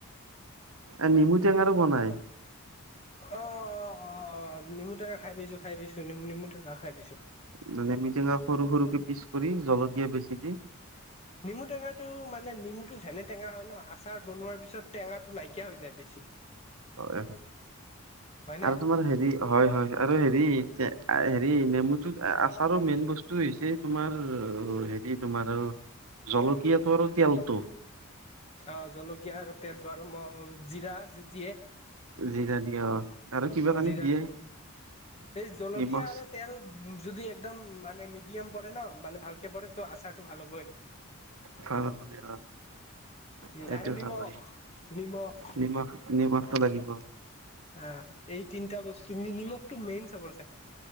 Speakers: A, on the right; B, on the left.
A: এ নেমু টেঙাৰো বনায়।
B: অ', অ', অ' নেমু টেঙা খাই পাইছো খাই পাইছো নেমু। টেঙা খাই পাইছো।
A: মানে নেমুটেঙা সৰু সৰুকে পিচ কৰি জলকীয়া বেছি দি।
B: নেমু টেঙাটো মানে নেমুটো যেনে টেঙা হয় ন আচাৰ বনোৱাৰ পিছত টেঙাটো নাইকিয়া হৈ যায় বেছি।
A: হয়,
B: হয়নে
A: আৰু তোমাৰ হেৰি হয় হয়। আৰু হেৰি হেৰি নেমুটোত আচাৰো মেইন বস্তু হৈছে তোমাৰ হেৰি তোমাৰ জলকীয়াটো আৰু তেলটো।
B: অ' জলকীয়া আৰু তেলটো আৰু জিৰা যে দিয়ে।
A: যি দাদিয় অ আৰু কিবা কানি
B: জিৰা
A: দিয়ে
B: ত এই জলকীয়া
A: নিমখ
B: আৰু তেল যদি একদম মানে ম এম পৰে ন মানে ভালকে পৰে ত আচাৰটো ভাল হ'বই
A: ভাল হয় অ
B: উম
A: সেইটো
B: আৰু নিমখ
A: ভাল হয়
B: নিমখ
A: নিমখ নিমখটো লাগিব
B: আহ এই তিনিটা বস্তু নিমখটো মেইন চাবৰ চাই